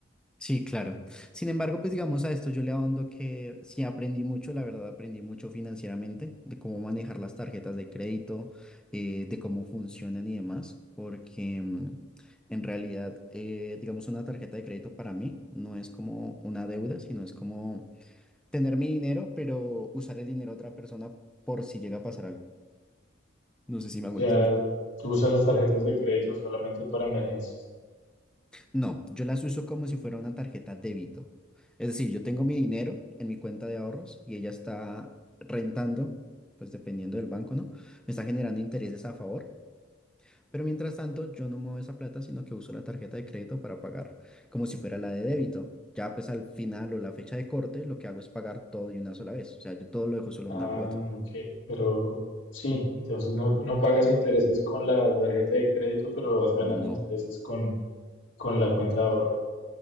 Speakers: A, in the centre; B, on the left.
A: Sí, claro. Sin embargo, pues digamos a esto yo le ahondo que sí aprendí mucho, la verdad aprendí mucho financieramente, de cómo manejar las tarjetas de crédito, eh, de cómo funcionan y demás, porque mm, en realidad, eh, digamos, una tarjeta de crédito para mí no es como una deuda, sino es como tener mi dinero, pero usar el dinero de otra persona por si llega a pasar algo. No sé si me hago
B: O sea,
A: entender.
B: tú usas las tarjetas de crédito solamente para emergencias.
A: No, yo las uso como si fuera una tarjeta débito. Es decir, yo tengo mi dinero en mi cuenta de ahorros y ella está rentando, pues dependiendo del banco, ¿no? Me está generando intereses a favor, pero mientras tanto yo no muevo esa plata, sino que uso la tarjeta de crédito para pagar como si fuera la de débito. Ya pues al final o la fecha de corte, lo que hago es pagar todo de una sola vez. O sea, yo todo lo dejo solo
B: Ah,
A: en una cuota.
B: ok, pero sí, entonces no, no pagas intereses con la tarjeta de crédito, pero vas ganando
A: No.
B: intereses con, con la cuenta de ahorro.